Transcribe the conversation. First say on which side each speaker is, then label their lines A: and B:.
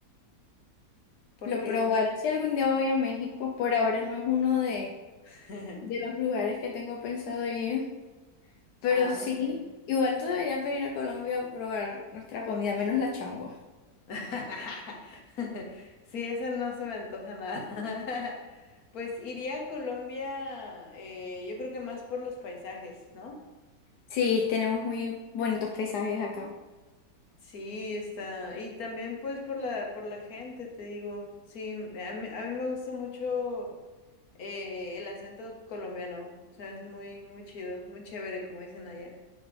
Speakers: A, on the left; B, on the left.
A: Porque,
B: Lo probaré si algún día voy a México. Por ahora no es uno de,
A: <laughs>
B: de los lugares que tengo pensado ir. Pero
A: ah,
B: sí,
A: ok.
B: igual tú deberías venir a Colombia a probar nuestra comida, menos la changua.
A: <laughs> Sí, esa no se me antoja nada. <laughs> Pues iría a Colombia, eh, yo creo que más por los paisajes, ¿no?
B: Sí, tenemos muy bonitos paisajes acá.
A: Sí, está. Y también pues por la, por la gente, te digo. Sí, a mí, a mí me gusta mucho eh, el acento colombiano. Se me hace muy, muy chido, muy chévere, como dicen allá.